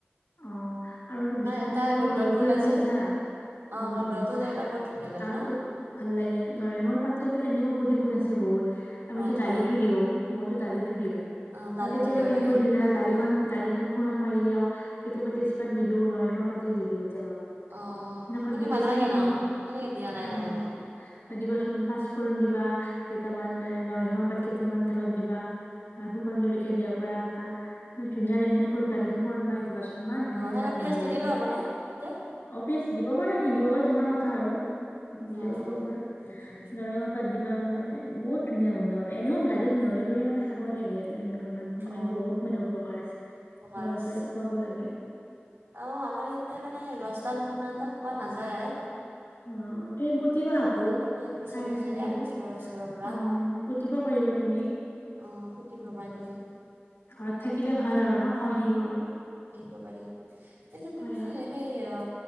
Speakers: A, on the left (about 85°); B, on the right (about 80°).
A: অ', আৰু মানে বস্তুটো
B: এটা
A: কি অলপমান
B: গোন্ধটো
A: জলকীয়া
B: ওলাই
A: গুড়ি
B: যে
A: দিছা। উম,
B: অ গোন্ধটো
A: উম
B: যে ওলাই বহুত ধুনীয়া লাগে
A: আৰুটো
B: ন
A: ভাল লাগে নৰেঙৰ পাত্ৰতো এনে ঔষধি গুণ আছে। বহুত।
B: অ
A: দালিটো
B: অ',
A: দি মইতো দালিটো দিও
B: অ',
A: মই
B: দালিতো
A: কেতিয়া
B: দিব
A: কেনেক
B: পাৰি
A: দিও জানা দা খন ফুৰত মাৰিলে আৰু কেতিয়াবা তেজপাত নিদিও নৰিংৰ পাতে দি দিওঁ তেলত।
B: অ',
A: সেনেকুৱা
B: সনেক
A: দি পাইছানে
B: ভাল লাগে
A: তুমি?
B: ন সনেকে দিয়া নাই,
A: অ'
B: নাই এনে
A: দিবাচোন পাঁচফোৰণ দিবা কেইটামান এ নৰসিংহৰ পাত কেইটামান তেলত দিবা। আৰু শুকান জলকীয়া দিব পৰা এটা ধুনীয়া লাগে, সেনেকৈ <unintelligible> মাৰি দিবাচোন। ইমান ধুনীয়া
B: অ
A: এটা
B: সেনে
A: গোন্ধ
B: পিয়াজ নিদিলেও
A: ওলাই মানে
B: হ'বনে তেতিয়া
A: অফিচ দিব পৰা নিদিব পাৰ তোমাৰ কথা আৰু দিলেও
B: অ
A: দিব পাৰা
B: উম, উম,
A: নৰসিংহ পাত দিবা মানে বহুত ধুনীয়া গোণ্ড এনেও দালিত মিহলি কৰি মানে খাবই লাগে। মানে
B: অ
A: বহুত মানে উপকাৰ আছে
B: পকাৰচ
A: ল'ৰা ছোৱালীক খুৱাব লাগে।
B: অ', আমাৰ ইয়াতে মানে গছডাল মানে তাত পোৱা নাযায়।
A: <unintelligible> পুতিবা আকৌ
B: তথাপি আৰু বিচাৰি
A: ঠাই আছে
B: বিচাৰি
A: যদি
B: আনিছো আৰু ওচৰৰ পৰা
A: আহ পুতিব পাৰিবা তুমি
B: অ', পুটি ৰবা এটা মান।
A: ঘৰত থাকিলে ভাল আৰু ন খাই থাকিব পাৰি।
B: <unintelligible> তুমি
A: হয় হয়
B: সেই অ